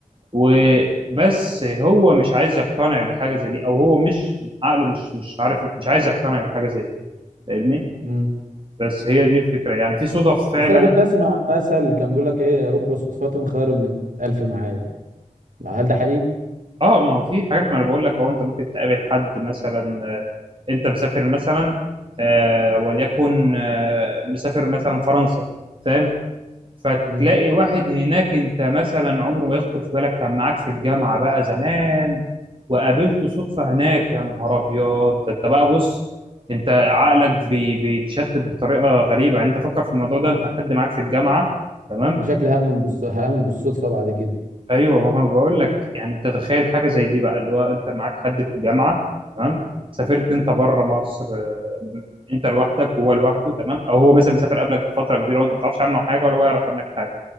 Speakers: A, on the right; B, on the right.
A: وبس هو مش عايز يقتنع بحاجه زي دي او هو مش عقله مش مش عارف مش عايز يقتنع بحاجه زي دي فاهمني
B: مم.
A: بس هي دي الفكره يعني في صدف فعلا
B: بس انا كنت اسمع مثل كان بيقول لك ايه رب صدفة خير من الف معاد ما هل ده حقيقي؟
A: اه ما هو في حاجات ما انا بقول لك هو انت ممكن تقابل حد مثلا آه، انت مسافر مثلا آه وليكن آه مسافر مثلا فرنسا فاهم فتلاقي
B: مم.
A: واحد هناك انت مثلا عمره ما يخطر في بالك كان معاك في الجامعه بقى زمان وقابلته صدفه هناك يا نهار ابيض ده انت بقى بص انت عقلك بي بيتشتت بطريقه غريبه يعني انت فكر في الموضوع ده
B: اه
A: انت حد معاك في الجامعه تمام
B: انا شكلي هأمن بالص... هأمن بالصدفة بعد كده
A: ايوه ما هو بقول لك يعني انت تخيل حاجه زي دي بقى اللي هو انت معاك حد في الجامعه تمام سافرت انت بره مصر آه، انت لوحدك وهو لوحده تمام او هو مثلا مسافر قبلك بفتره كبيره وانت ما تعرفش عنه حاجه ولا هو يعرف عنك حاجه